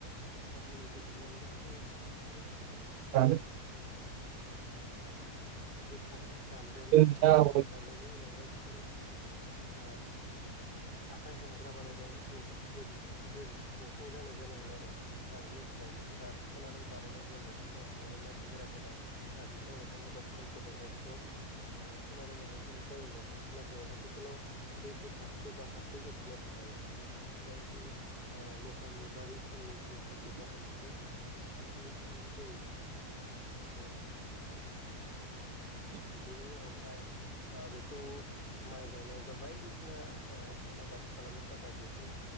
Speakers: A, on the left; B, on the right.
A: बाहायनाय जादों नांगोलखौ बिसोरो
B: <inaudible>
A: ओह गोफाद दानदों
B: नामा?
A: गोफाद दाननायनि उनावहाय बिसोरो ओ आखाइ हमग्रा बानायदों मोनसे गिदिर गिदिर दंफां जानाय जानांगोन आरो नांगोलनि थाखाय बेखौ दानख'नानै बानायनाय जायोमोन सिगां समावहाय मा गोरा गोरा ओ बिफां लाइफां एबा सालफोरजोंहाय बेखौ दानख'नानै बानायजाय जायोमोन नाथाय आथिखालाव बे गोफादखौ बा हाखौ एवखुनो थाखाय बायदि ओ लहानि बा मेथेलनि जिनिसफोरखौ बाहायनायखौ नुनो मोननाय जायो। आरो
B: <inaudible>
A: बेनि उनावहाय ओ बेखौ माइ गायनाय बा बायदिसिना ओ आबाद खालामनो थाखाय बेखौ